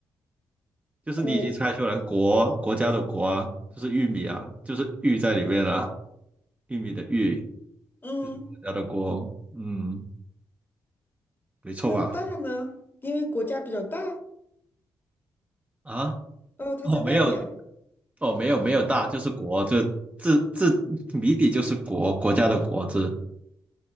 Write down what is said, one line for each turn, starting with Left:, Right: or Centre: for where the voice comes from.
Right: 就是你已经猜出来，
Left: 国，
Right: 国国家的国啊，就是玉米啊，就是玉在里面了、玉米的玉，
Left: 嗯，
Right: 国家的国，嗯，没错吧？
Left: 那大呢？因为国家比较大，
Right: 啊，
Left: 哦，它在外边，
Right: 哦，没有，哦，没有没有大，就是国，这字字谜底就是国国家的国字，